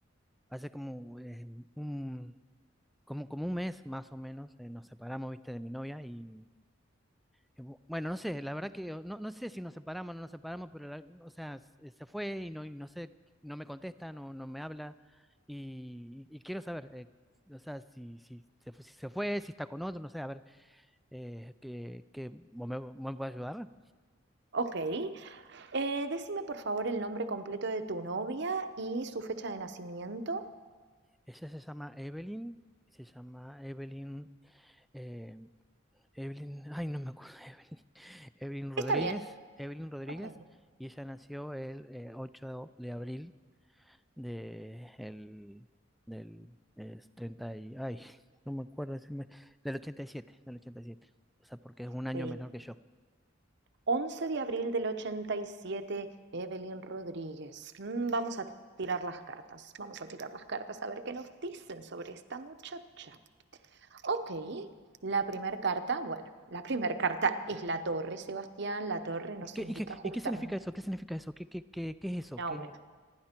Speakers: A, in the centre; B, on the right (about 60°).
A: hace como, em, un, como, como un mes más o menos eh, nos separamos, viste, de mi novia y Eh, bu- Bueno, no sé, la verdad que no, no sé si nos separamos o no nos separamos, pero la- o sea, se se fue y no, y no sé, no me contesta, no, no me habla y, y- y quiero saber, eh, o sea, si, si, se fue, si se fue, si está con otro, no sé, a ver, eh, que, que ¿vos me, vos me podés ayudar?
B: Ok, eh, decime por favor el nombre completo de tu novia y su fecha de nacimiento.
A: Ella se llama Evelyn, se llama Evelyn, eh, Evelyn, ay, no me acuerdo, <laughs> Evelyn, Evelyn Rodríguez,
B: Está bien.
A: Evelyn Rodríguez
B: Ok.
A: y ella nació el eh, 8 de abril de el del es 30 y ay, no me acuerdo, se me- del 87, del ochenta y siete O sea, porque es un
B: Ok,
A: año menor que yo.
B: 11 de abril del 87, Evelyn Rodríguez. Mm, vamos a tirar las cartas, vamos a tirar las cartas a ver qué nos dicen sobre esta muchacha. Ok, la primera carta, bueno, la primera carta es la torre, Sebastián, la torre nos
A: ¿Y qué,
B: indica
A: y qué,
B: justamente.
A: y qué significa eso? ¿Qué significa eso? ¿Qué, qué, qué, qué es eso?
B: No,
A: ¿Qué?
B: bueno,